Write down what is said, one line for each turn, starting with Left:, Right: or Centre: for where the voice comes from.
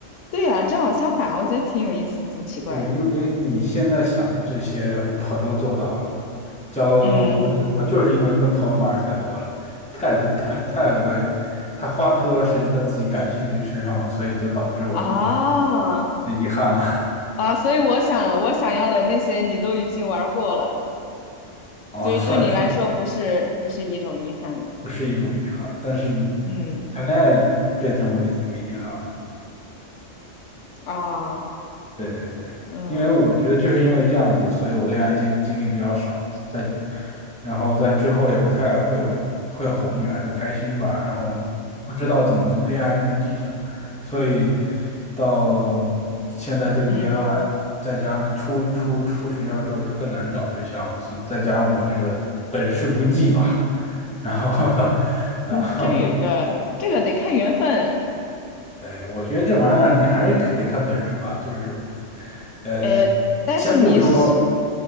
Left: 对呀，正好相反，我觉得挺有意思，挺奇怪的。
Centre: 对，因为你现在想的这些我都做到了，交我我就是因为跟朋友玩儿太多了，
Left: 嗯，
Centre: 太太太太为太花太多时间在自己感兴趣身上了，所以就导致我现在
Left: 啊
Centre: 的遗憾了
Left: 啊，所以我想我想要的那些你都已经玩儿过了。
Centre: <laughs> 啊，
Left: 所以对你来说不是不是一种遗憾，
Centre: 算是吧，不是一种遗憾，但是
Left: 嗯
Centre: 谈恋爱变成我的一个遗憾了。
Left: 啊，
Centre: 对对对，
Left: 嗯
Centre: 因为我觉得就是因为这样子，所以我恋爱经历经历比较少，在然后在之后也不太会会哄女孩子开心吧，然后不知道怎么恋爱中的技巧，所以到现在这个阶段，
Left: 嗯
Centre: 再加上出出出学校之后就更难找对象了，所以再加上我这个本事不济吧，然后 <laughs> 然后就
Left: 嗯，这个这个得看缘分，
Centre: 哎，我觉得这玩意儿你还是得看本事吧。就是，呃，
Left: 呃，但是你是，
Centre: 先不说，